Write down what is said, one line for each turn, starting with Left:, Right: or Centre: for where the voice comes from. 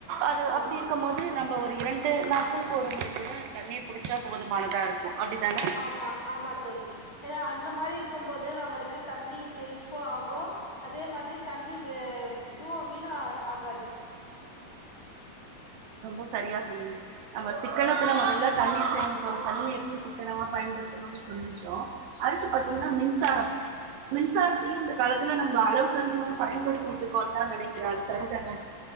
Right: அது
Left: ஆமா
Right: அப்படி இருக்க போது நம்ம இப்ப ஒரு இரண்டு நாட்களுக்கு ஒரு முறைக்கூட தண்ணீர் புடிச்சா போதுமானதா இருக்கு அப்டித்தான
Left: ஆமா ஆமா தோழி ஏன்னா அந்த மாரி இருக்கு இருக்கு போது நம்மளுக்கு தண்ணி சேமிப்போ ஆகு அதே மாதிரி தண்ணி வே இதுவு வீணா ஆகாது
Right: ரொம்ப சரியா சொன்னீங்க நம்ம சிக்கனத்துல முதல்ல தண்ணீர் சேமிப்ப வந்து தண்ணி எப்படி சிக்கனமா பயன்படுத்தணும்னு சொல்லிட்டோ அடுத்து பாத்தீங்கனா
Left: ஆமா.
Right: மின்சாரம் மின்சாரத்தையும் இந்த காலத்துல நம்ம அளவுக்கு அதிகமா பயன்படுத்திட்டு இருக்கோன்னு தான் நினைக்கிறே அது சரிதான